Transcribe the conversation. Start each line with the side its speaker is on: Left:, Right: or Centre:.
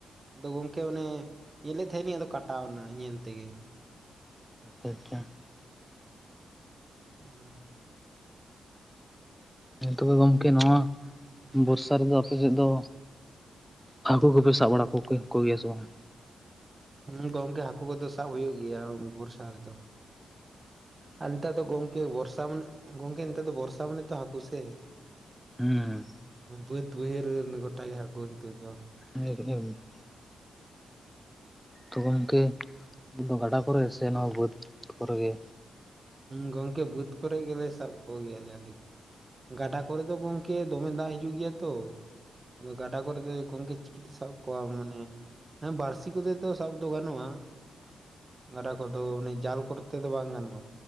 Right: ᱟᱫᱚ ᱜᱚᱝᱠᱮ ᱚᱱᱮ ᱧᱮᱞᱮᱫ ᱛᱟᱦᱮᱸᱱᱟᱤᱧ ᱟᱫᱚ ᱠᱟᱴᱟᱣ ᱮᱱᱟ, ᱧᱮᱞ ᱛᱮᱜᱮ ᱾
Centre: ᱟᱪᱪᱷᱟ ᱟᱪᱪᱷᱟ ᱾
Right: <unintelligible>
Centre: ᱮᱸ ᱛᱚᱵᱮ ᱜᱚᱢᱠᱮ ᱱᱚᱣᱟ ᱵᱚᱨᱥᱟ ᱨᱮᱫᱚ ᱟᱯᱮᱥᱮᱫ ᱫᱚ ᱦᱟᱹᱠᱩ ᱠᱚᱯᱮ ᱥᱟᱵ ᱵᱟᱲᱟ ᱠᱚ ᱠᱚᱜᱮᱭᱟ ᱥᱮ ᱵᱟᱝ?
Right: ᱦᱮᱸ ᱜᱚᱝᱠᱮ ᱦᱟᱹᱠᱩ ᱠᱚᱫᱚ ᱥᱟᱵ ᱦᱩᱭᱩᱜ ᱜᱮᱭᱟ ᱵᱚᱨᱥᱟ ᱨᱮᱫᱚ ᱾ ᱟᱨ ᱱᱮᱛᱟᱨ ᱫᱚ ᱜᱚᱢᱠᱮ ᱵᱚᱨᱥᱟ ᱢᱟᱱᱮ ᱜᱚᱢᱠᱮ ᱱᱮᱛᱟᱨ ᱫᱚ ᱵᱚᱨᱥᱟ ᱢᱟᱱᱮ ᱛᱚ ᱦᱟᱹᱠᱩ ᱥᱮ
Centre: ᱦᱮᱸ
Right: ᱵᱟᱹᱫ ᱵᱟᱹᱭᱦᱟᱹᱨ ᱜᱚᱴᱟᱜᱮ ᱦᱟᱹᱠᱩ ᱱᱤᱛᱚᱜ ᱫᱚ
Centre: ᱦ <inaudible> ᱛᱚ ᱜᱚᱢᱠᱮ ᱫᱚ ᱜᱟᱰᱟ ᱠᱚᱨᱮ ᱥᱮ ᱱᱚᱣᱟ ᱵᱟᱹᱫᱽ ᱠᱚᱨᱮ ᱜᱮ
Right: ᱜᱚᱝᱠᱮ ᱵᱟᱹᱫᱽ ᱠᱚᱨᱮ ᱜᱮᱞᱮ ᱥᱟᱵ ᱠᱚᱜᱮᱭᱟᱞᱮ ᱟᱞᱮ ᱫᱚ ᱜᱟᱰᱟ ᱠᱚᱨᱮ ᱫᱚ ᱜᱚᱝᱠᱮ ᱫᱚᱢᱮ ᱫᱟᱜ ᱦᱤᱡᱩᱜ ᱜᱮᱭᱟ ᱛᱚ ᱟᱫᱚ ᱜᱟᱰᱟ ᱠᱚᱨᱮ ᱫᱚ ᱜᱚᱝᱠᱮ ᱪᱤᱠᱤᱛᱮ ᱥᱟᱵ ᱠᱚᱣᱟ ᱢᱟᱱᱮ ᱦᱮᱸ ᱵᱟᱹᱲᱥᱤ ᱠᱚᱛᱮ ᱛᱚ ᱥᱟᱵ ᱫᱚ ᱜᱟᱱᱚᱜᱼᱟ ᱜᱟᱰᱟ ᱠᱚᱫᱚ ᱢᱟᱱᱮ ᱡᱟᱞ ᱠᱚᱨᱮ ᱛᱮ ᱫᱚ ᱵᱟᱝ ᱜᱟᱱᱚᱜᱼᱟ